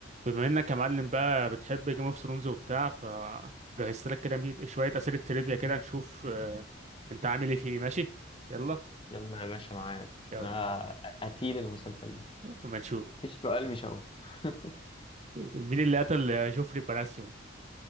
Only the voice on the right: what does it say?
بما انك يا معلم بقى بتحب جيم اوف ثرونز وبتاع فجهزت لك كده مية- شويه اسئله تريفيا كده نشوف آه، انت عامل ايه فيه ماشي يلا
يلا
اما نشوف
مين اللي قتل جوفري باراسيون